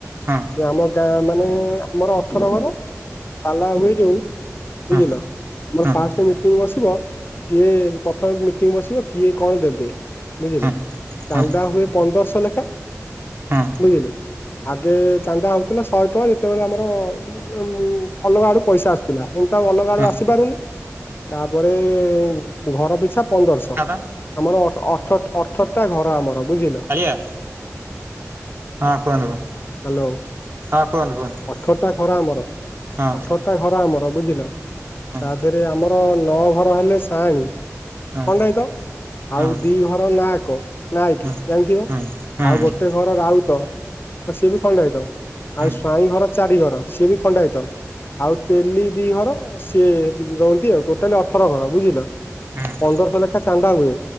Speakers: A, on the right (about 45°); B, on the left (about 40°).
A: ହଁ
B: ଆମ ଗାଁ ମାନେ ଆମର ଅଠର ଘର ପାଲା ହୁଏ ଯୋଉ
A: ହଁ
B: ବୁଝିଲ ଆମର
A: ହଁ
B: ଫାଷ୍ଟ ମିଟିଂ ବସିବ କିଏ ପ୍ରଥମେ ମିଟିଂ ବସିବ କିଏ କଣ ଦେବେ ବୁଝିଲେ
A: ହଁ
B: ଚାନ୍ଦା
A: ହଁ
B: ହୁଏ ପନ୍ଦରଶହ ଲେଖା
A: ହଁ
B: ବୁଝିଲେ ଆଗେ ଚାନ୍ଦା ହଉଥିଲା ଶହେ ଟଙ୍କା ଯେତେବେଳେ ଆମର ଉ ଅଲଗା ଆଡୁ ପଇସା ଆସୁଥିଲା ଏମିତି ଆଉ ଅଲଗାଡୁ
A: ହଁ
B: ଆସିପାରୁନି ତାପରେ ଘର ପିଛା ପନ୍ଦରଶହ
A: ଦାଦା
B: ଆମର ଅଠରଟା ଘର ଆମର ବୁଝିଲ
A: କାଳିଆ ହଁ କୁହନ୍ତୁ କୁହ
B: ହ୍ୟାଲୋ
A: ହଁ କୁହନ୍ତୁ କୁହନ୍ତୁ
B: ଅଠରଟା ଘର ଆମର
A: ହଁ
B: ଅଠରଟା ଘର ଆମର ବୁଝିଲ
A: ହଁ
B: ତା ଦେହରେ ଆମର ନଅ ଘର ହେଲେ ସାଣୀ
A: ହଁ
B: ଖଣ୍ଡ ଏ ତ
A: ହଁ
B: ଆଉ ଦି ଘର ନାକ ନାଇଁ
A: ହଁ
B: କି ଜାଣିଥିବ
A: ହୁଁ ହୁଁ
B: ଆଉ ଗୋଟେ ଘର ରାହୁ ତ
A: ହୁଁ
B: ସିଏ ବି ଖଣ୍ଡ ହେଇଥ
A: ହୁଁ
B: ଆଉ ପା ଘର ଚାରି ଘର ସିଏ ବି ଖଣ୍ଡା ହେଇତ ଆଉ ତେଲି ଦି ଘର ସିଏ ରହନ୍ତି ଆଉ ଟୋଟାଲି ଅଠର ଘର ବୁଝିଲ
A: ହୁଁ
B: ପନ୍ଦରଶହ ଲେଖାଏ ଚାନ୍ଦା ହୁଏ